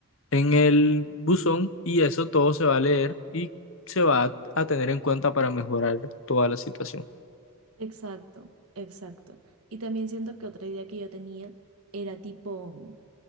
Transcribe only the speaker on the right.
Exacto, exacto. Y también siento que otra idea que yo tenía era tipo...